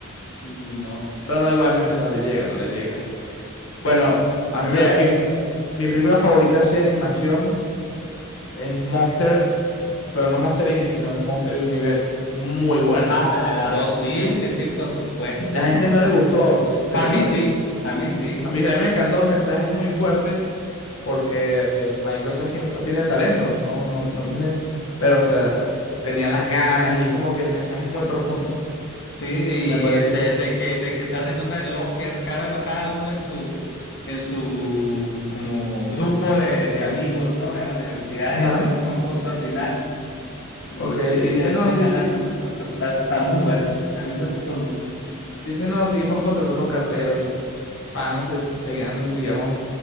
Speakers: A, on the left; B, on the left.
A: no.
B: Pero no, igualmente no le llega, no le llega. Bueno, a
A: De,
B: mí me- mi, mi película favorita así de animación es Monster, pero no Monster Inc., sino Monster University. Muy buena.
A: ah, la, la dos. Sí, sí, sí, por supuesto.
B: La gente no le gustó,
A: <laughs>
B: sí, o sea,
A: A
B: cre-
A: mí
B: creo
A: sí.
B: que
A: A mí sí.
B: a mí, a mí me encantó, el mensaje es muy fuerte porque eh, Mike no tiene talento, no, no, no tiene, pero o sea, tenía las ganas y es como que el mensaje es muy profundo,
A: Sí, y
B: me pareció.
A: de, de que, de que están en una logia, ¿no? cada, bueno, cada uno en su, en su como grupo de, de amigos, ¿no? En la universidad
B: Ajá,
A: y hacen un concurso al final y,
B: ok, y
A: y terminan
B: dice, no, sí,
A: ganando,
B: sí, s-
A: ¿no? O sea, Está, está- está muy buena. A mí me gustó mucho.
B: dice, no, seguimos contratando carteros y los panas se seguían, digamos,